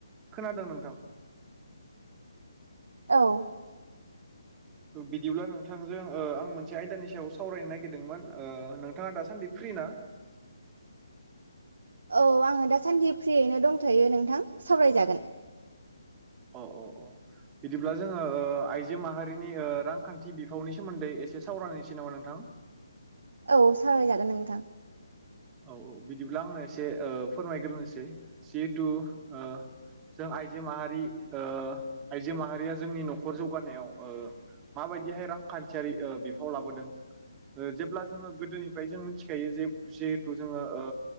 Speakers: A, on the right; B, on the right.
A: खोनादों नोंथां।
B: औ।
A: बिदिब्ला नोंथांजों ओ आं मोनसे आयदानि सायाव सावरायनो नागिरदोंमोन ओ नोंथाङा दासान्दि फ्रि ना?
B: औ आङो दाासान्दि फ्रियैनो दंथ'यो नोंथां सावरायजागोन।
A: अ अ अ। बिदिब्ला जोङो ओ आइजो माहारिनि रांखान्थि बिफावनि सोमोन्दै ओ एसे सावरायनोसै नामा नोंथां?
B: औ सावरायजागोन नोंथां
A: औ औ बिदिब्ला आंनो एसे फोरमायग्रोनोसै जिहेथु ओ जों आइजो माहारि ओ आइजो माहारिया जोंनि न'खर जौगानायाव ओ माबायदिहाय रांखान्थियारि बिफाव लाबोदों ओ जेब्ला जोङो गोदोनिफ्राय जों मिथिखायो जे जिहेथु जोङो ओ